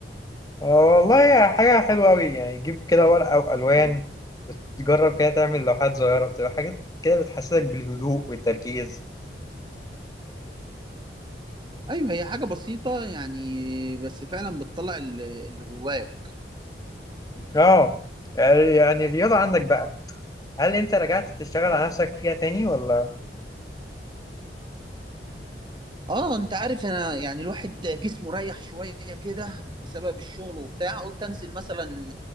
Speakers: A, on the left; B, on the right.
A: آه والله يا حاجة حلوة أوي يعني تجيب كده ورقة وألوان وتجرب كده تعمل لوحات صغيرة بتبقى حاجات كده بتحسسك بالهدوء والتركيز
B: ايوه هي حاجه بسيطه يعني بس فعلا بتطلع اللي اللي جواك
A: آه يعني الرياضة عندك بقى هل أنت رجعت تشتغل على نفسك فيها تاني ولا
B: اه انت عارف انا يعني الواحد جسمه رايح شويه كده بسبب الشغل وبتاع قلت انزل مثلا